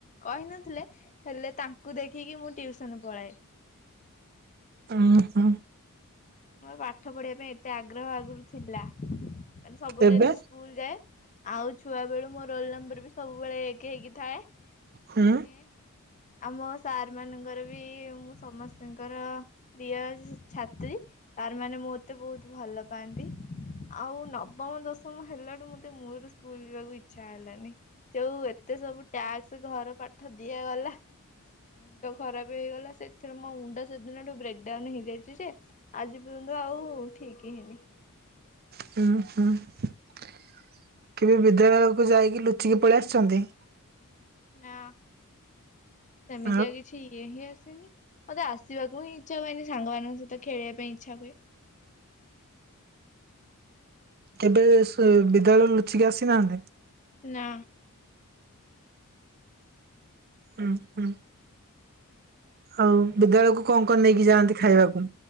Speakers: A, on the left; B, on the right.
A: କହିନଥିଲେ ହେଲେ ତାଙ୍କୁ ଦେଖିକି ମୁଁ ଟିଉସନ ପଳାଏ।
B: ଉଁ ହୁଁ।
A: ମୋର ପାଠ ପଢିବା ପାଇଁ ଏତେ ଆଗ୍ରହ ଆଗରୁ ଥିଲା ମାନେ ସବୁ
B: ଏବେ
A: ଡେ ସ୍କୁଲ ଯାଏ ଆଉ ଛୁଆ ବେଳୁ ମୋ ରୋଲ ନମ୍ବର ବି ସବୁବେଳେ ଏକ ହେଇକି ଥାଏ।
B: ହୁଁ
A: ମାନେ ଆମ ସାର୍ ମାନଙ୍କର ବି ମୁଁ ସମସ୍ତଙ୍କର ପ୍ରିୟ ଛାତ୍ରୀ ସାର ମାନେ ମୋତେ ବହୁତ ଭଲ ପାଆନ୍ତି। ଆଉ ନବମ ଦଶମ ହେଲାଠୁ ମତେ ମୂଳରୁ ସ୍କୁଲ ଯିବାକୁ ଇଚ୍ଛା ହେଲାନି। ଯୋଉ ଏତେ ସବୁ ଟ୍ୟାକ୍ସ ଘର ପାଠ ଦିଆଗଲା। ମୁଣ୍ଡ ଖରାପ ହେଇଗଲା ସେଥିରୁ ମୋ ମୁଣ୍ଡ ସେଦିନ ବ୍ରେକଡାଉନ ହେଇଯାଇଛି ଯେ ଆଜି ପର୍ଯ୍ୟନ୍ତ ଆଉ ଠିକ ହେଇନି।
B: ହୁଁ ହୁଁ କେବେ ବିଦ୍ୟାଳୟକୁ ଯାଇକି ଲୁଚିକି ପଳେଇ ଆସିଛନ୍ତି?
A: ନା ସେମିତିଆ
B: ଆଉ
A: କିଛି କିଛି ଇଏ ହିଁ ଆସେନି ମତେ ଆସିବାକୁ ହିଁ ଇଚ୍ଛା ହୁଏନି ସାଙ୍ଗମାନଙ୍କ ସହିତ ଖେଳିବା ପାଇଁ ଇଚ୍ଛା ହୁଏ।
B: କେବେ ବିଦ୍ୟାଳୟ ରୁ ଲୁଚିକି ଆସିନାହାନ୍ତି?
A: ନା।
B: ଉଁ ହୁଁ। ଆଉ ବିଦ୍ୟାଳୟକୁ କଣ କଣ ନେଇକି ଯାଆନ୍ତି ଖାଇବାକୁ